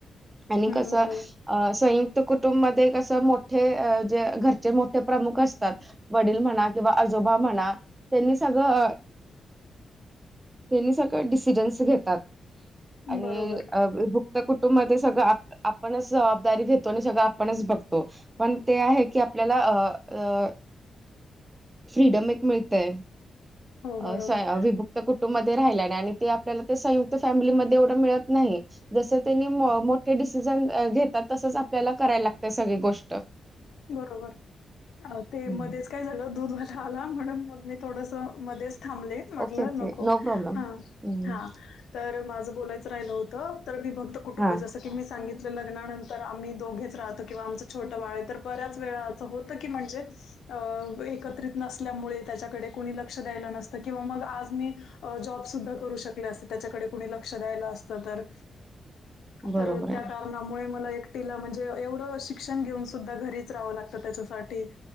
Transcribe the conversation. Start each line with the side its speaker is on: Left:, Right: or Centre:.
Right: आणि
Left: हं,
Right: कसं
Left: बरोबर.
Right: अ संयुक्त कुटुंब मध्ये असं मोठे जे घरचे मोठे प्रमुख असतात. वडील म्हणा किंवा आजोबा म्हणा त्यांनी सगळं त्यांनी सगळं डिसिजन्स घेतात. आणि
Left: बरोबर.
Right: भुक्त कुटुंबाात सगळं आपणच जबाबदारी घेत. पण आपणच बघतो पण ते आहे का. आपल्याला अ फ्रीडम एक मिळतय.
Left: हो, बरोबर.
Right: अस अभ बुक कुटुंबमध्येध्ये राहिल्याने आणि ते आपल्याला ते संयुक्त फॅमिलीमध्ये एवढं मिळत नाही. जस त्यांनी मोठे डिसिजन घेतात तसच आपल्याला करायला लागतय सगळी गोष्ट
Left: बरोबर ते
Right: हम्म
Left: मध्येच काय झाल दूध वाला आला म्हणून मग मी थोडस मध्येच थांबले. म्हटलं
Right: ओके ओके
Left: नको
Right: नो प्रॉब्लेम
Left: हा
Right: हम्म
Left: हा तर माझं बोलायचं राहिलं होतं तर मी फक्त कुटुंब
Right: हा
Left: जसं ी मी सांगितलं लग्नानंतर आम्ही दोगेच राहतो किंवा आमचं छोट बाळे तर बऱ्याच वेळा असं होतं की म्हणजे अं एकत्रित नसल्यामुळे त्याच्याकडे कोणी लक्ष द्यायला नसतं किंवा मग आज मी. जॉबसुद्धा करू शकले असते त्याच्याकडे कुणी लक्ष द्यायला असतं तर,
Right: बरोबर
Left: तर त्या
Right: आहे
Left: कारणामुळे मला एकटीला म्हणजे एवढं शिक्षण घेऊन सुद्धा घरीच राहावं लागतं त्याच्यासाठी